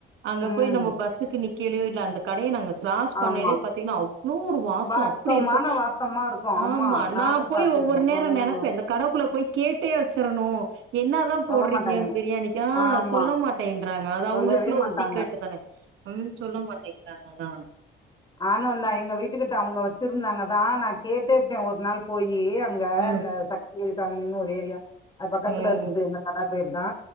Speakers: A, on the right; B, on the left.
A: அங்க
B: ம்
A: போய் நம்ம பஸ்ஸுக்கு நிக்கலியோ இல்ல அந்த கடைய நாங்க கிராஸ் பண்ணையிலே
B: ஆமா
A: பாத்தீங்கனா அவ்ளோ ஒரு வாசோ
B: வாசமான
A: அப்டி இருக்கு
B: வாசமா இருக்கு
A: ஆமா
B: நானு
A: நா போய்
B: பாத்திருக்கே
A: ஒவ்வொரு நேரோ
B: ம்
A: நெனப்பே இந்த கடக்குள்ள போய் கேட்டே வச்சரனு என்ன தா
B: சொல்ல
A: போட்றீங்க
B: மாட்டாய்ங்க
A: பிரியாணிக்கா
B: ஆமா
A: சொல்ல மாட்டே ண்றாங்க அது அவுங்களுக்குள்ள
B: சொல்லவே மாட்டாங்க
A: ஒரு சீக்ரட் தான ம் சொல்ல மாட்டேங்கறாங்க தா
B: ஆனுந்தா எங்க வீட்டுக்கிட்ட அவுங்க வச்சிருந்தாங்க தா நா கேட்டேப்ட ஒரு நாள் போயி அங்க
A: ம்
B: இந்த சக்தியல் காமிங்கனு ஒரு ஏரியா அது பக்கத்துல
A: ம்
B: இருக்குது என்ன கதா பேர் தா